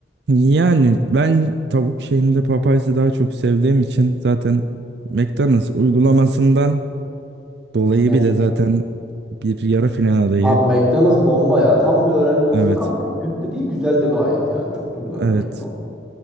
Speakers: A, on the right; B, in the centre.
A: yani ben tavuk şeyinde Popeyes'i daha çok sevdiğim için zaten McDonald's uygulamasından dolayı
B: Net.
A: bile zaten bir yarı final adayı.
B: Abi McDonald's bomba ya. Tam bir öğrenci dostu
A: Evet.
B: ve kanka kötü de değil güzel de gayet yani. Çok da güzel
A: Evet.
B: McDonald's.